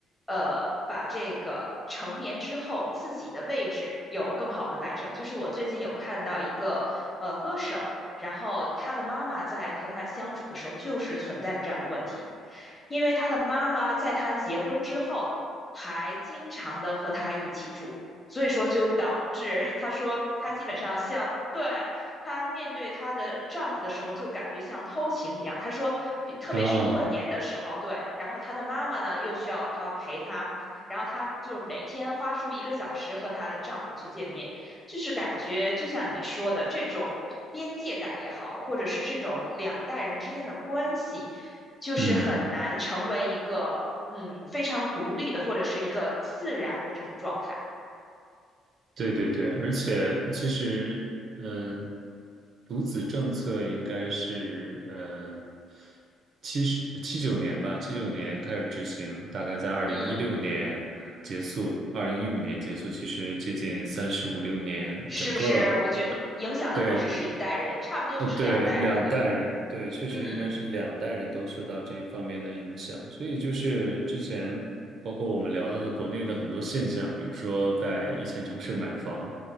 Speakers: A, on the left (about 15°); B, on the right (about 50°).
A: 呃，把这个成年之后自己的位置有更好的摆正。就是我最近有看到一个呃歌手，然后他的妈妈在和他相处的时候，就是存在着这样的问题，因为他的妈妈在他结婚之后还经常的和他一起住，所以说就导致他说他基本上像。对，她面对她的丈夫的时候，就感觉像偷情一样。她说，比特别是过年的时候，
B: 啊，
A: 对，然后她的妈妈呢又需要她陪她，然后她就是每天花出一个小时和她的丈夫去见面，就是感觉就像你说的这种边界感也好，或者是这种两代人之间的关系，就是很难成为一个嗯非常独立的或者是一个自然的这种状态。
B: 嗯。对对对，而且其实，嗯、独子政策应该是，嗯、七十七九年吧，七九年开始执行，大概在二零一六年结束，
A: 嗯。
B: 二零一五年结束，其实接近三十五六年，
A: 是不是？
B: 整个
A: 我觉得影响的不只是一代人，
B: 对
A: 差不多就是两代人了。
B: 呃，对，两代人，对，确实应该是两代人都受到这一方面的影响，
A: 嗯
B: 所以就是之前包括我们聊到的国内的很多现象，比如说在一线城市买房，